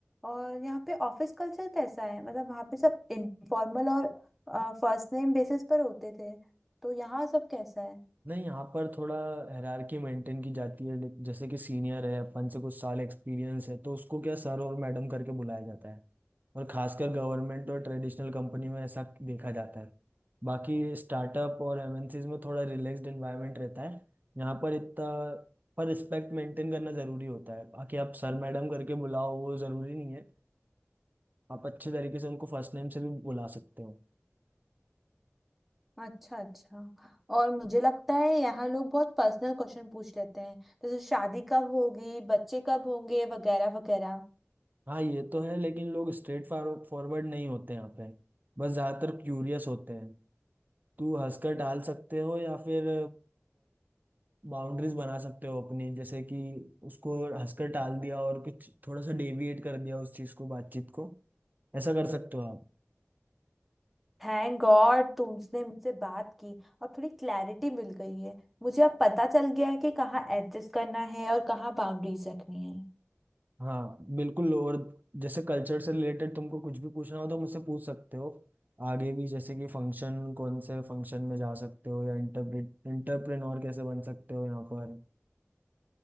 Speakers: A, in the centre; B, on the right (about 40°).
A: और यहाँ पे ऑफिस कल्चर कैसा है मतलब वहाँ पे सब इनफॉर्मल और फर्स्ट नेम बेसिस पर होते थे तो यहाँ सब कैसा है
B: नहीं यहाँ पर थोड़ा हायरार्की मेंटेन की जाती है लेकिन जैसे कि सीनियर है अपन से कुछ साल एक्सपीरियंस है तो उसको क्या सर और मैडम करके बुलाया जाता है और खासकर गवर्नमेंट और ट्रेडिशनल कंपनी में ऐसा देखा जाता है बाकी स्टार्टअप और एमएनसीज में थोड़ा रिलैक्स्ड एनवायरनमेंट रहता है यहाँ पर इतना पर रिस्पेक्ट मेंटेन करना ज़रूरी होता है बाकी आप सर मैडम करके बुलाओ वो ज़रूरी नहीं है आप अच्छे तरीके से उनको फर्स्ट नेम से भी बुला सकते हो
A: अच्छा अच्छा और मुझे लगता है यहाँ लोग बहुत पर्सनल क्वेश्चन पूछ लेते हैं जैसे शादी कब होगी बच्चे कब होंगे वगैरह वगैरह
B: हाँ ये तो है लेकिन लोग स्ट्रेट फॉरवर्ड नहीं होते यहाँ पे बस ज़्यादातर क्यूरियस होते हैं तू हंसकर टाल सकते हो या फिर बाउंड्रीज बना सकते हो अपनी जैसे कि उसको हंसकर टाल दिया और कुछ थोड़ा सा डेविएट कर दिया उस चीज़ को बातचीत को ऐसा कर सकते हो आप
A: थैंक गॉड तुमने मुझसे बात की और थोड़ी क्लैरिटी मिल गई है मुझे अब पता चल गया है कि कहाँ एडजस्ट करना है और कहाँ बाउंड्रीज रखनी है
B: हाँ बिल्कुल और जैसे कल्चर से रिलेटेड तुमको कुछ भी पूछना हो तो मुझसे पूछ सकते हो आगे भी जैसे कि फंक्शन कौन से फंक्शन में जा सकते हो या इंटरप्रेट इंटरप्रेन्योर कैसे बन सकते हो यहाँ पर